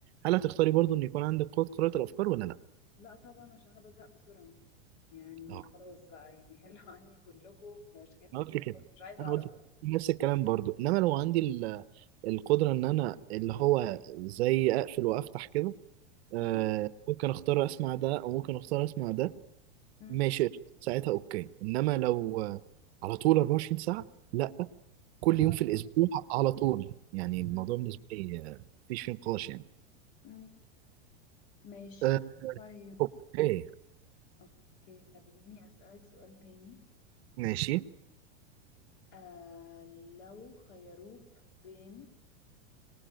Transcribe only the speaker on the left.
لا طبعا عشان انا بزهق بسرعة يعني
خلاص بقى يعني حلوا <laughs> عني كلكم بمشاكلكم
بأفكاركم
مش عايزة
اعرف
مم.
مم.
صعب
جدا
مم.
مم. ماشي
طيب
اوكي خليني اسألك سؤال تاني
آه لو خيروك بين